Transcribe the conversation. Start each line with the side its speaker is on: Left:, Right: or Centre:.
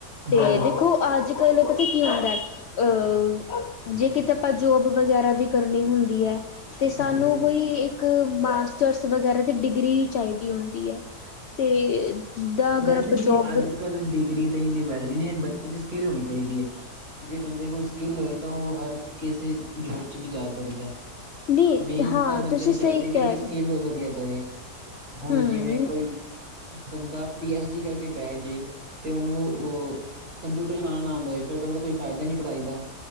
Left: ਤੇ
Right: ਹਾਂਜੀ
Left: ਦੇਖੋ ਅੱਜ ਕੱਲ ਪਤਾ ਕੀ ਹੁੰਦਾ ਅਹ ਜੇ ਕਿਤੇ ਆਪਾਂ ਜੋਬ ਵਗੈਰਾ ਵੀ ਕਰਨੀ ਹੁੰਦੀ ਦੀ ਹੈ। ਤੇ ਸਾਨੂੰ
Right: ਹਾਂਜੀ
Left: ਕੋਈ ਇੱਕ ਮਾਸਟਰਸ ਵਗੈਰਾ ਡਿਗਰੀ ਚਾਹੀਦੀ ਹੁੰਦੀ ਹੈ ਤੇ ਜਿੱਦਾਂ ਅਗਰ
Right: ਵੈਸੇ
Left: ਆਪਾਂ
Right: ਜੀ
Left: ਜੋਬ
Right: ਅੱਜ ਕੱਲ ਡਿਗਰੀ ਦਾ ਹੀ ਨਹੀਂ ਵੈਸੇ ਬੱਚੇ ਚ ਸਕਿੱਲ ਹੋਣੀ ਚਾਹੀਦੀ ਹੈ ਜੇ ਬੰਦੇ ਕੋਲ ਸਕਿੱਲ ਹੋਏ ਤਾਂ ਉਹ ਹਰ ਕਿਸੇ ਜੋਬ 'ਚ ਵੀ ਜਾ ਸਕਦਾ
Left: ਨਹੀਂ
Right: ਮੇਨ
Left: ਹਾਂ
Right: ਤਾਂ ਬੰਦਿਆਂ
Left: ਤੁਸੀਂ
Right: ਨੂੰ
Left: ਸਹੀ
Right: ਚਾਹੀਦੀ ਹੈ। ਕਿ
Left: ਕਹਿ
Right: ਆਪਣੀ ਸਕਿੱਲ
Left: ਰਹੇ
Right: ਵਧੀਆ ਕਰੇ ਹੁਣ
Left: ਹਮ
Right: ਜਿਵੇਂ ਕੋਈ ਬੰਦਾ ਪੀ ਐਚ ਡੀ ਕਰਕੇ ਬਹਿ ਜਏ ਤੇ ਉਹਨੂੰ ਉਹ ਕੰਪਿਊਟਰ ਚਲਾਉਣਾ ਆਉਦਾ ਹੋਏ ਫਿਰ ਤਾਂ ਉਹਦਾ ਕੋਈ ਫਾਇਦਾ ਹੀ ਨਹੀਂ ਪੜ੍ਹਾਈ ਦਾ